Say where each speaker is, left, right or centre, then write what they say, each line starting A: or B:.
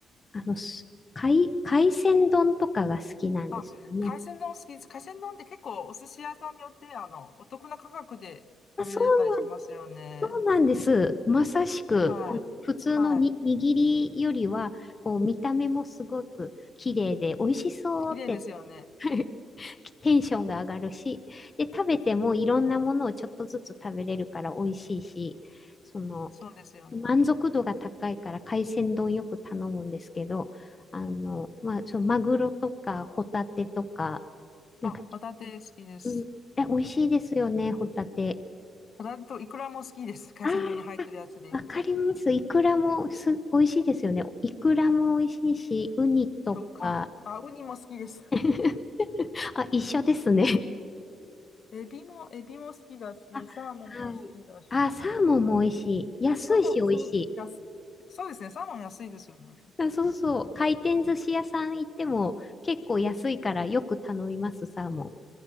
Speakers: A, on the left; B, on the left.
A: あの、す海、海鮮丼とかが好きなんですよね。
B: あ、海鮮丼好きです。海鮮丼って結構お寿司屋さんによって、あの、お得な価格で食べれたりしますよね。
A: まあ、そうそうなんです。まさしく、
B: はい。
A: あの普通のに握りよりは、
B: はい。
A: こう、見た目もすごく綺麗で、美味しそうって
B: 綺麗ですよね。
A: <laughs> テンションが上がるし、で、食べてもいろんなものをちょっとずつ食べれるから美味しいし、その、
B: そうですよね。
A: 満足度が高いから海鮮丼よく頼むんですけど、あの、まあ、そのマグロとかホタテとか、なんか、
B: あ、ホタテ好きです。
A: うん、え、美味しいですよね、ホタテ。
B: ホタテとイクラも好きです。海鮮丼に入ってるやつで言うと。
A: ああ、わかります。イクラもす、美味しいですよね。イクラも美味しいし、ウニとか。
B: 食感。あ、ウニも好きです。
A: <laughs> あ、一緒ですね。
B: エビも、エビも好きだし、
A: <laughs> あ、
B: サーモンも好きだし、
A: はい。あ、サーモンも美味しい。
B: なんか、
A: 安いし美味しい。
B: サーモン普通に安い。そうですね、サーモン安いですよね。
A: あそうそう。回転寿司屋さん行っても結構安いからよく頼みます、サーモン。